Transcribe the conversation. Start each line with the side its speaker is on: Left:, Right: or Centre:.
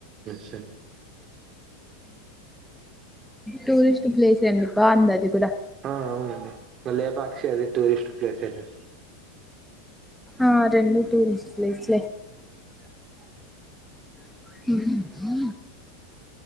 Right: సరే
Centre: టూరిస్ట్ ప్లేస్ ఎ అది బాగుంది అది కూడా
Right: ఆ అవునండి లేపాక్షి అది టూరిస్ట్ ప్లేస్ అండి
Centre: ఆ రెండు టూరిస్ట్ ప్లేస్
Right: <unintelligible>
Centre: <unintelligible>